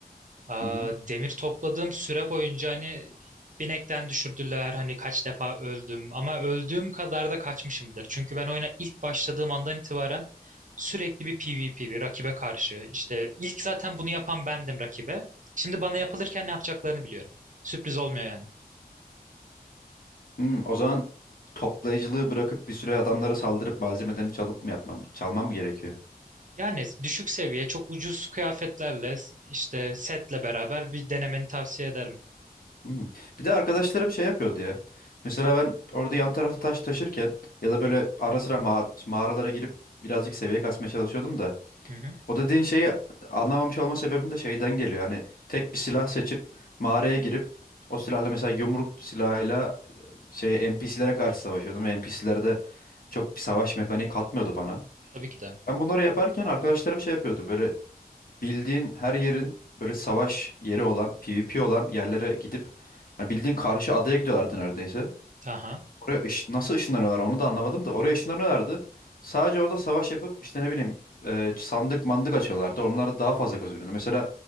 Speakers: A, on the right (about 50°); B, on the left (about 60°).
A: Aa,
B: Hı hı.
A: demir topladığım süre boyunca hani binekten düşürdüler hani kaç defa öldüm ama öldüğüm kadar da kaçmışımdır. Çünkü ben oyuna ilk başladığım andan itibaren sürekli bir PvP bir rakibe karşı işte ilk zaten bunu yapan bendim rakibe. Şimdi bana yapılırken ne yapacaklarını biliyorum. Sürpriz olmuyor yani.
B: Hmm, o zaman toplayıcılığı bırakıp bir süre adamlara saldırıp malzemelerini çalıp mı yapmam, çalmam mı gerekiyor?
A: Yani düşük seviye çok ucuz kıyafetlerle işte setle beraber bir denemeni tavsiye ederim.
B: Hmm. Bir de arkadaşlarım şey yapıyordu ya. Mesela ben orada yan tarafta taş taşırken ya da böyle
A: Hı
B: ara sıra ma- mağaralara girip birazcık seviye kasmaya çalışıyordum da.
A: hı. Hı hı.
B: O dediğin şeyi anlamamış olma sebebim de şeyden geliyor. Hani tek bir silah seçip mağaraya girip o silahla mesela yumruk silahıyla şey NPC'lere karşı savaşıyordum ve N P C'ler de çok bir savaş mekaniği katmıyordu bana.
A: Tabii ki de.
B: Ben bunları yaparken arkadaşlarım şey yapıyordu. Böyle bildiğin her yerin böyle savaş yeri olan, PvP olan yerlere gidip hani bildiğin karşı adaya gidiyorlardı neredeyse.
A: Aha.
B: Oraya ış- nasıl ışınlanıyorlar onu da anlamadım da oraya ışınlanıyorlardı. Sadece orada savaş yapıp işte ne bileyim e, sandık mandık açıyorlardı. Onlar daha fazla kazanıyordu. Mesela